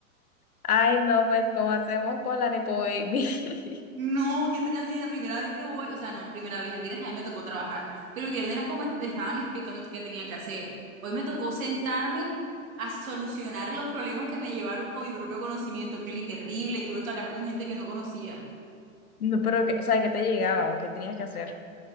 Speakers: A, on the left; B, on the right.
A: Ay, no, pues, ¿cómo hacemos con la Nepo Baby? <laughs>
B: No, qué tragedia, primera vez que voy, o sea, no, primera vez, el viernes también me tocó trabajar, pero el viernes era como es- estaban explicando qué tenía que hacer. Hoy me tocó sentarme a solucionar los problemas que me llevaron con mi propio conocimiento, Kelly, terrible, tuve que hablar con gente que no conocía.
A: No, pero, que, o sea, ¿qué te llegaba o qué tenías que hacer?